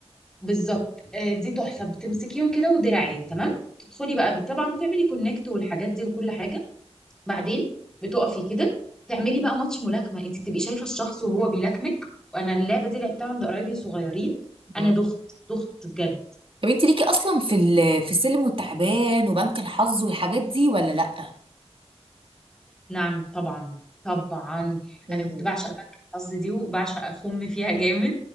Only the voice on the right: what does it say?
امم
طب انت ليكي اصلا في ال- في السلم والتعبان وبنك الحظ والحاجات دي ولا لا
امم